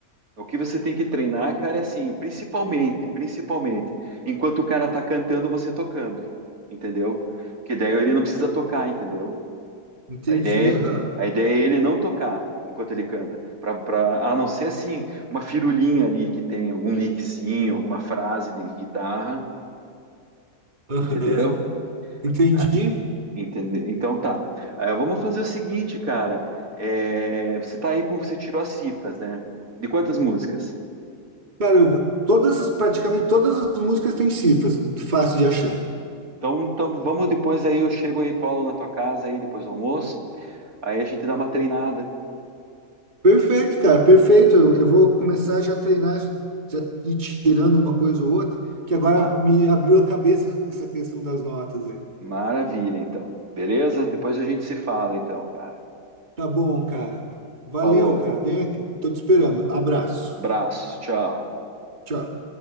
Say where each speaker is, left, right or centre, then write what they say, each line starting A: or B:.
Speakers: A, on the right; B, on the right.
A: O que você tem que treinar, cara, é assim, principalmente, principalmente, enquanto o cara tá cantando, você tocando, entendeu? Que daí ele não precisa tocar, entendeu?
B: Entendi,
A: A ideia,
B: aham.
A: é, a ideia é ele não tocar enquanto ele canta, pra, pra- a não ser assim, uma firulinha ali que tem algum lickzinho, alguma frase de guitarra,
B: Aham,
A: entendeu?
B: Entendi.
A: Ah, entende- Então tá. Ah, vamos fazer o seguinte, cara. É, você tá aí com você tirou as cifras, né? De quantas músicas?
B: Cara, eu, todas as, praticamente todas as músicas têm cifras, fácil de achar.
A: Então, então vamos depois aí, eu chego aí, colo na tua casa aí depois do almoço. Aí a gente dá uma treinada.
B: Perfeito, cara, perfeito. Eu, eu vou começar já a treinar, já ir tirando uma coisa ou outra, que agora
A: Tá,
B: me abriu a cabeça essa questão das notas aí.
A: maravilha então. Beleza? Depois a gente se fala então, cara.
B: Tá bom, cara. Valeu,
A: Falou.
B: cara. Vem aqui, tô te esperando. Abraço.
A: Abraço, tchau.
B: Tchau.